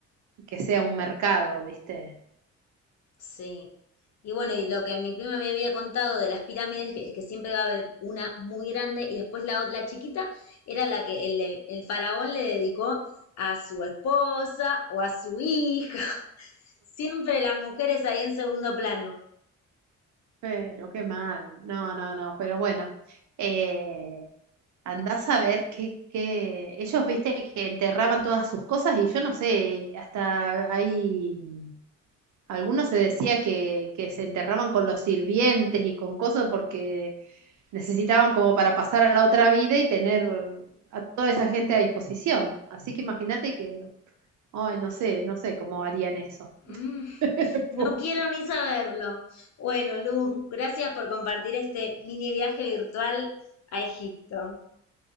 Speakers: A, on the right; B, on the left.
A: que sea un mercado, ¿viste?
B: Sí. Y bueno, y lo que mi prima me había contado de las pirámides que- es que siempre va a haber una muy grande y después la, ot- la chiquita era la que el, el faraón le dedicó a su esposa o a su hija. <laughs> Siempre las mujeres ahí en segundo plano.
A: Pero qué mal. No, no, no, pero bueno. Eh, andás a ver qué, qué. Ellos, viste, que enterraban todas sus cosas y yo no sé, hasta hay. Algunos se decía que, que se enterraban con los sirvientes y con cosas porque necesitaban como para pasar a la otra vida y tener a toda esa gente a disposición. Así que imagínate que, ay, no sé, no sé cómo harían eso.
B: Mm,
A: <laughs>
B: no quiero ni saberlo. Bueno, Luz, gracias por compartir este mini viaje virtual a Egipto.